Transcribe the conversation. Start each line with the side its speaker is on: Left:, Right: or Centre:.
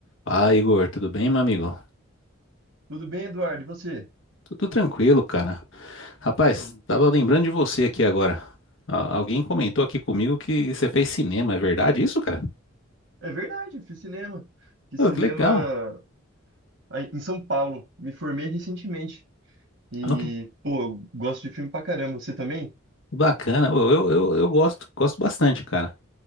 Left: Fala, Igor, tudo bem, meu amigo?
Right: Tudo bem, Eduardo? E você?
Left: Tudo tranquilo, cara. Rapaz, tava lembrando de você aqui agora. Ah, Alguém comentou aqui comigo que você fez cinema, é verdade isso, cara?
Right: É verdade, eu fiz cinema. Fiz
Left: Ô,
Right: cinema
Left: que legal.
Right: aí em São Paulo. Me formei recentemente. E,
Left: Ó, que
Right: pô, eu gosto de filme pra caramba. Você também? O
Left: bacana. Ô, eu, eu, eu gosto, gosto bastante, cara.